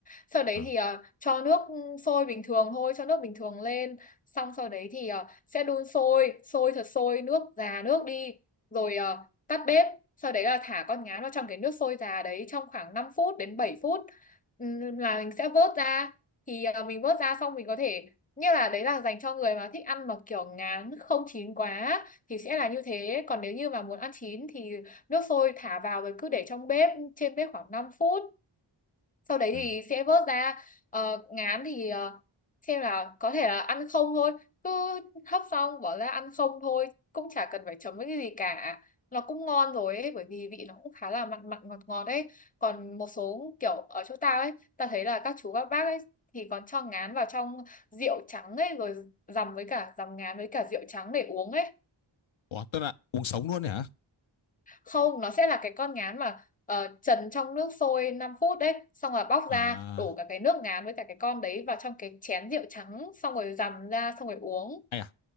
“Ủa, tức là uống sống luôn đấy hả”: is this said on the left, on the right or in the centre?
Left